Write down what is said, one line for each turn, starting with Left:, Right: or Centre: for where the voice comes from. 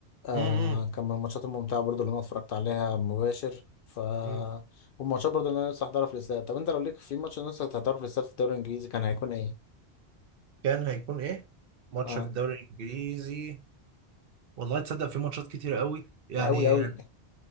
Left: آه
Right: مم.
Left: كان من الماتشات الممتعة برضو اللي أنا اتفرجت عليها مباشر ف
Right: امم
Left: والماتشات برضو اللي أنا لسه هحضرها في الاستاد طب أنت لو ليك في ماتش لسه هتحضره في الاستاد في الدوري الإنجليزي كان هيكون إيه؟
Right: كان هيكون ايه ماتش
Left: اه
Right: في الدوري الانجليزي والله تصدق في ماتشات كتير قوي يعني
Left: ده أوي أوي
Right: اه